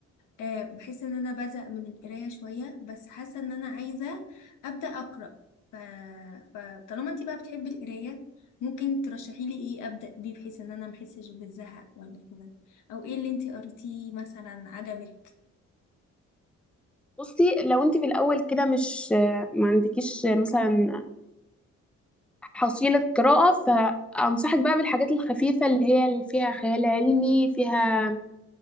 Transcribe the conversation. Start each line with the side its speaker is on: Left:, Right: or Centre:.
Left: أه بحس ان انا بزهق من القراية شوية بس حاسة ان انا عايزة أبدأ أقرأ ف... فطالما انتي بقى بتحبي القراية ممكن ترشحي لي ايه أبدأ بيه بحيث ان انا محسش بالزهق ولا كده او ايه اللي انتي قريتيه مثلا عجبك؟
Centre: بصي لو انتي في الاول كده مش آه، ما عندكيش آه، مثلا حصيلة قراءة فأنصحك بقى بالحاجات الخفيفة اللي هي اللي فيها خيال علمي فيها